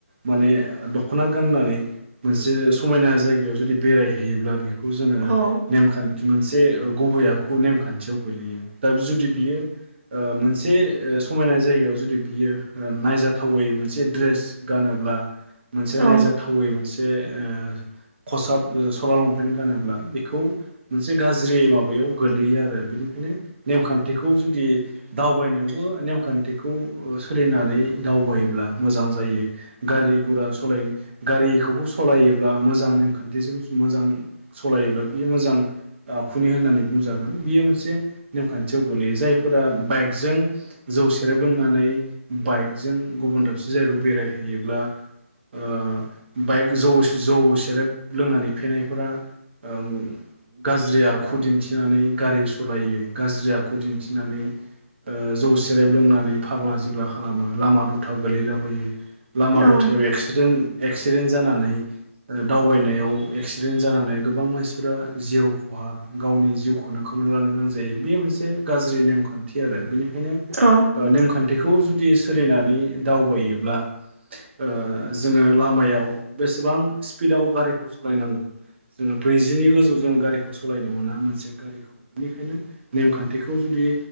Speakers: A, on the right; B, on the right.
A: माने दख'ना गाननानै मोनसे समायना जायगायाव जुदि बेरायहैयोब्ला बे खौ जोङो
B: औ
A: नेमखा न्थि मोनसे गुबै आखु नेमखान्थियाव गोलैयो दा जुदि बियो ओ मोनसे ओ समायना जायगायाव जुदि बियो ओ नायजाथावै मोनसे ड्रेस गानोब्ला मोनसे
B: औ
A: नायजाथावै मोन से ओ खसाब सला लंपेन्ट गानोब्ला बेखौ मोनसे गाज्रि माबायाव गोलैयो आरो बिनिखायनो नेमखान्थिखौ जुदि दावबायनायावबो नेमखान्थिखौ सोलिनानै दावबायोब्ला मोजां जायो गारि गुरा सलायो गारिखौबो सलायोब्ला मोजां नेमखान्थिजों मोजां सलायोब्ला बियो मोजां आखुनि होननानै बुंजागोन बियो मोनसे नेमखान्थियाव गोलैयो जायफोरा बाइकजों जौ सेरेब लोंनानै बाइकजों गुबुन दाबसे जायगायाव बेरायहैयोब्ला ओ बाइक जौ जौ सेरेब लोंनानै फेनायफोरा ओं गा ज्रि आखु दिन्थिनानै गारि सलायो गाज्रि आखु दिन्थिनानै ओ जौ सेरेब लोंनानै फाग्ला जिग्ला खालामो लामा दथा गोलैलाबोयो लामा
B: औ
A: दथायाव एक्सिडेन्ट एक्सिडेन्ट जानानै ओ दावबायनायाव एक्सिडेन्ट जानानै गोबां मानसिफोरा जिउ खहा गावनि जिउखौनो खोमा लानो गोनां जायो बेयो मोनसे गाज्रि नेमखान्थि आरो बेनि खायनो
B: औ
A: ओ नेमखान्थिखौ जु दि सोलिनानै दावबायोब्ला ओ जोङो लामायाव बेसेबां स्पिडआव गारिखौ सलायनांगौ जोङो ब्रैजिनि गोजौ जों गारिखौ सलायनो मोना मोनसे गारिखौ बेनिखायनो नेमखान्थिखौ जुदि